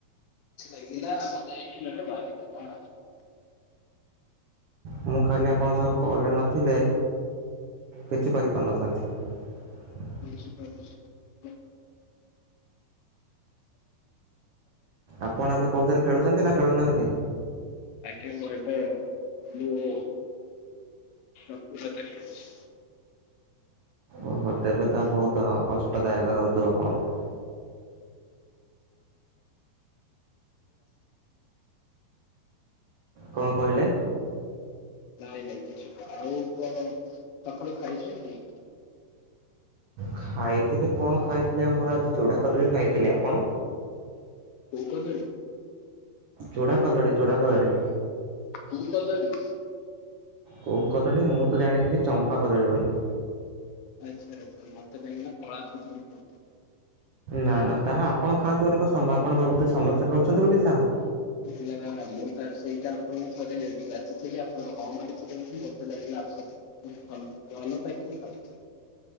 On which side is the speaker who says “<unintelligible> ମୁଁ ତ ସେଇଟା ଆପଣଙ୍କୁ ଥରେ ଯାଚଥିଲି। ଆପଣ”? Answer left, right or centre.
Left